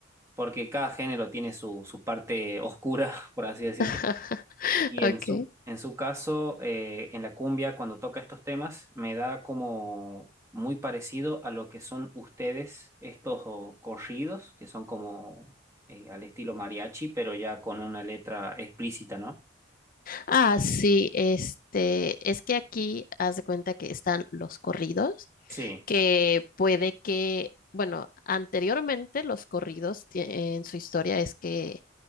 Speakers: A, on the right (about 15°); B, on the left (about 45°).
A: porque cada género tiene su, su parte oscura, <laughs> por así decirlo.
B: <laughs>
A: Y
B: Okay.
A: en su, en su caso, eh, en la cumbia, cuando toca estos temas, me da como muy parecido a lo que son ustedes, estos oh, corridos, que son como eh, al estilo mariachi, pero ya con una letra explícita, ¿no?
B: Ah, sí, este, es que aquí haz de cuenta que están los corridos
A: Sí,
B: que puede que, bueno, anteriormente los corridos tie- en su historia es que